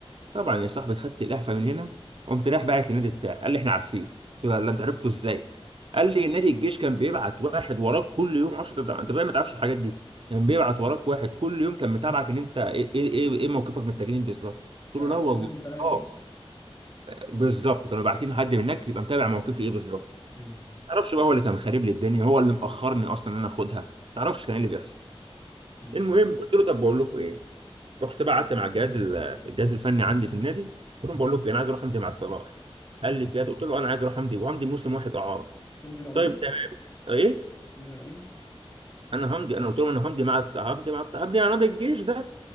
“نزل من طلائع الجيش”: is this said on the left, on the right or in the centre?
Left